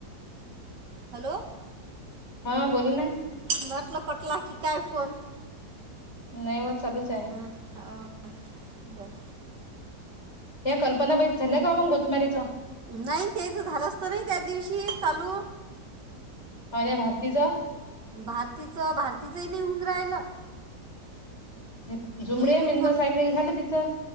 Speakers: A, on the right; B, on the left.
A: हॅलो
B: हा बोल नाय
A: म्हटलं कटला की काय फोन
B: नाही वो चालूचं
A: हम् हाव बर
B: या कल्पनाबाईत झाल्याय का मंग गोतमारीचं?
A: नाही तेच झालं असत नाही त्या दिवशी चालू
B: माझ्या भारतीचा
A: भारतीचं भारतीचं ही निऊन राहिलं.
B: हे जुमडे
A: तिला मी
B: मिंज
A: फोन
B: सायक झालं तिचं.